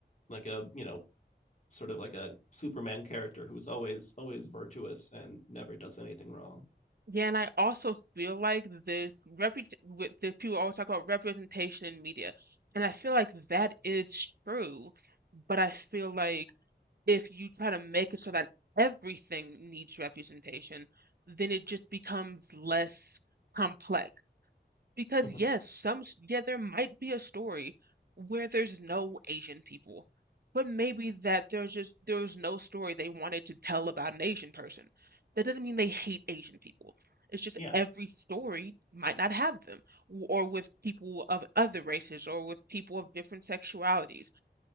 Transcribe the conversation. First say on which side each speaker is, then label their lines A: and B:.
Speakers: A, on the left; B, on the right.
A: like a you know sort of like a Superman character who is always always virtuous and never does anything wrong.
B: Yeah, and I also feel like this reput with the people always talk about representation in media, and I feel like that is true, but I feel like if you try to make it so that everything needs representation, then it just becomes less complex. Because
A: Mm-hmm.
B: yes, some s- yeah, there might be a story where there's no Asian people, but maybe that there's just there was no story they wanted to tell about an Asian person. That doesn't mean they hate Asian people. It's just
A: yeah,
B: every story might not have them, w- or with people of other races, or with people of different sexualities